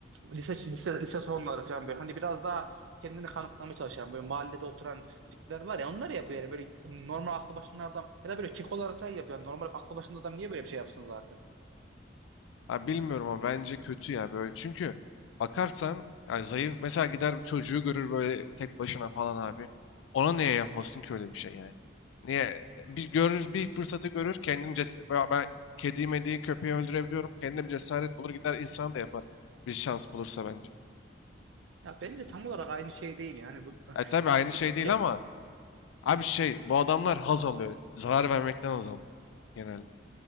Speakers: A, on the right (about 75°); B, on the left (about 80°).
A: lise lise lise sonları falan böyle hani biraz daha kendini kanıtlamaya çalışan böyle mahallede oturan tipler var ya onlar yapıyor yani böyle normal aklı başında adam ya da böyle kekolar falan yapıyor. Yani normal aklı başında adam niye böyle bir şey yapsın zaten?
B: Ha, bilmiyorum ama bence kötü ya böyle. Çünkü bakarsan ya zayıf mesela gider çocuğu görür böyle tek başına falan abi. Ona niye yapmasın ki öyle bir şey yani? Niye bir görür bir fırsatı görür kendini ces ben ben kedi mediyi köpeği öldürebiliyorum. Kendine bir cesaret bulur gider insan da yapar. Bir şans bulursa bence.
A: Ya bence tam olarak aynı şey değil yani bu
B: E tabii
A: <laughs>
B: aynı şey değil
A: ya,
B: ama abi şey bu adamlar haz alıyor. Zarar vermekten haz alıyor genelde